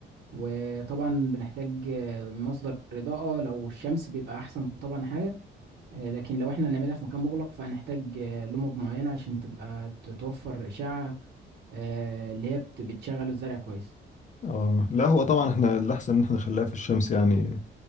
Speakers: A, on the right; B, on the left.
A: وطبعا بنحتاج آه، مصدر إضاءة لو الشمس بيبقى أحسن طبعا حاجة آه، لكن لو احنا هنعملها في مكان مغلق فهنحتاج آه، لمبة معينة عشان تبقى ت- توفر إشعة آه، اللي هي بت- بتشغل الزرع كويس
B: اه لا هو طبعا احنا الاحسن ان احنا نخليها في الشمس يعني